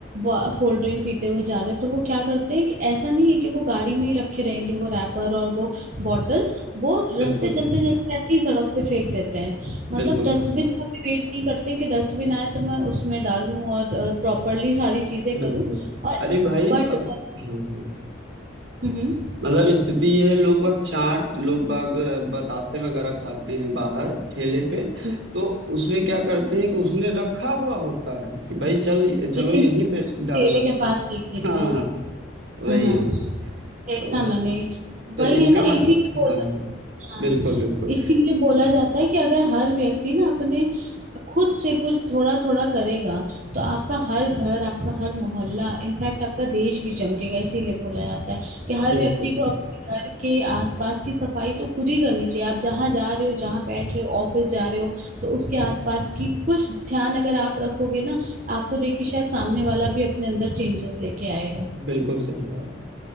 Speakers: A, on the right; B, on the right.
A: कोल्ड ड्रिंक पीते हुए जा रहे हैं तो वो क्या करते हैं कि ऐसा नहीं है कि वो गाड़ी में ही रखे रहेंगे वो रैपर और वो बॉटल वो रास्ते
B: बिल्कुल
A: चलते चलते ऐसे ही सड़क पे फेंक देते हैं मतलब
B: बिल्कुल
A: डस्टबिन
B: सही बात,
A: का भी वेट नहीं करते कि डस्टबिन आए तो मैं उसमें डालूं और प्रॉपरली सारी चीजें
B: बिल्कुल
A: करूं और
B: अरे भाई
A: बट
B: अब हाँ हाँ
A: हम्म
B: मतलब स्थिति यह है लोग बाग चाट लोग बाग अ, बतासे वगैरह खाते हैं बाहर ठेले पे
A: हम्म,
B: तो उसमें क्या करते हैं कि उसने रखा हुआ होता है कि भाई चल चलो
A: लेकिन
B: यहीं पे
A: ठेले
B: डालना
A: के पास फेंक देते
B: हाँ
A: हैं
B: वही
A: हाँ
B: वही
A: देखा
B: तो
A: मैंने
B: तो
A: वही
B: इसका
A: है ना
B: मतलब
A: इसी के बोला
B: हाँ हाँ
A: हाँ
B: बिल्कुल बिल्कुल
A: इसीलिए बोला जाता है कि अगर हर व्यक्ति ना अपने खुद से कुछ थोड़ा थोड़ा करेगा तो आपका हर घर आपका हर मोहल्ला इनफैक्ट आपका देश भी चमकेगा इसीलिए बोला जाता है कि हर
B: बिल्कुल
A: व्यक्ति को अपने घर के आसपास की सफाई तो खुद ही करनी चाहिए आप जहाँ जा रहे हो जहाँ बैठ रहे हो ऑफिस जा रहे हो तो उसके आसपास की कुछ ध्यान अगर आप रखोगे ना आपको देख के शायद सामने वाला भी अपने अंदर चेंजेस लेके आएगा
B: बिल्कुल सही बात